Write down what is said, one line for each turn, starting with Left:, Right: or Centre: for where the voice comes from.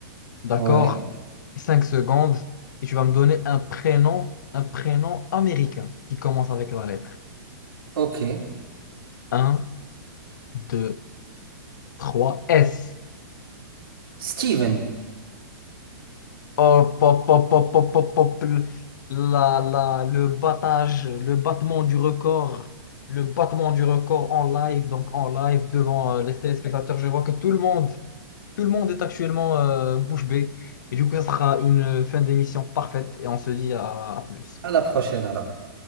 Left: D'accord?
Right: ouais,
Left: cinq secondes et tu vas me donner un prénom, un prénom américain qui commence avec la lettre.
Right: ok.
Left: Un, 2, 3, S.
Right: Steven,
Left: Hop, hop, hop, hop, hop, hop, hop. Le- La, la, le battage, le battement du record, le battement du record en live, donc en live devant euh, les téléspectateurs. Je vois que tout le monde, tout le monde est actuellement euh, bouche bée. Et du coup, ça sera une euh, fin d'émission parfaite et on se dit à à plus.
Right: à la prochaine alors.